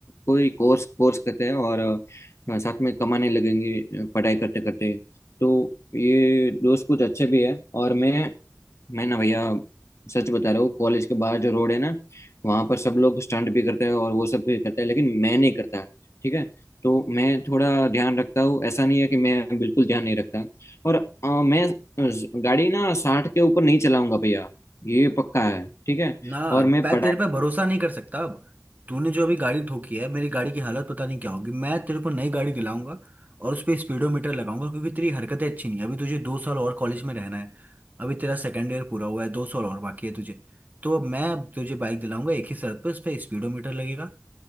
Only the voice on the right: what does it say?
ना
मैं
तेरे पे भरोसा नहीं कर सकता अब तूने जो अभी गाड़ी ठोकी है मेरी गाड़ी की हालत पता नहीं क्या होगी मैं तेरे को नई गाड़ी दिलाऊंगा और उस पर स्पीडोमीटर लगाऊंगा क्योंकि तेरी हरकतें अच्छी नहीं है अभी तुझे दो साल और कॉलेज में रहना है अभी तेरा सेकेंड ईयर पूरा हुआ है दो साल और बाकी है तुझे तो मैं अब तुझे बाइक दिलाऊंगा एक ही शर्त पे उस पर स्पीडोमीटर लगेगा